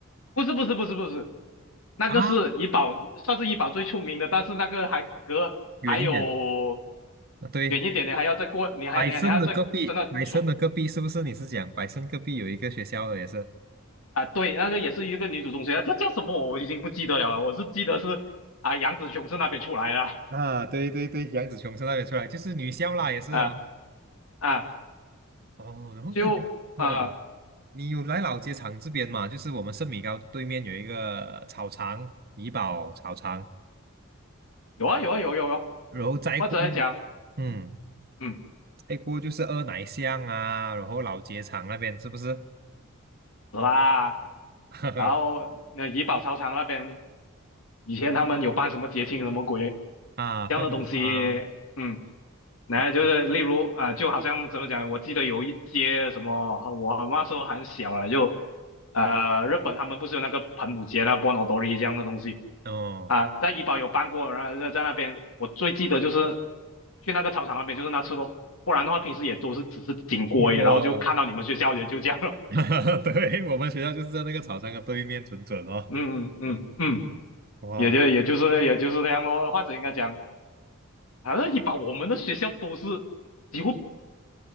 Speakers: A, on the left (about 85°); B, on the right (about 50°).
A: 不是不是不是不是，那个是怡保，
B: 啊，
A: 算是怡保最出名的，但是那个还隔还有
B: 远一点啊，对，
A: 远一点，你还要再过，你还你还你还要再真的出
B: 百盛的隔壁，百盛的隔壁是不是？你是讲百盛隔壁有一个学校的也是？
A: 啊，对，那个也是一个女主中学，她叫什么我已经不记得了啊，我是记得是啊杨紫琼是那边出来的
B: 啊，对对对，杨紫琼从那边出来，就是女校啦，也是啊。
A: 啊啊，
B: 哦，然后诶，
A: 就呃
B: 嗯嗯，你有来老街场这边嘛？就是我们圣米高对面有一个草场，怡保草场，
A: 有啊有啊有有有啊，
B: 然后再过，
A: 或者讲
B: 嗯，
A: 嗯
B: 再过就是二奶巷啊，然后老街场那边是不是？
A: 是啦，
B: <laughs>
A: 然后那怡保操场那边以前他们有办什么节庆什么鬼
B: 啊，
A: 这样的东西，
B: 放烟花，
A: 嗯。那就是例如啊、
B: 对，
A: 就好像怎么讲？我记得有一街什么，我那时候很小了，就呃，日本他们不是有那个盆舞节、那波 o 多 i 这样的东西
B: 哦，
A: 啊，在怡保有办过，然后在在那边，我最记得就是去那个操场那边，就是那次咯，不然的话平时也都是只是经过而已然后就看到你们学校也就这样了，
B: 经过了，<laughs> 对，我们学校就是在那个草场的对面，准准哦，
A: <laughs> 嗯嗯嗯嗯，
B: 哇。
A: 也就也就是也就是那样咯，或者应该讲，反正怡保我们的学校都是几乎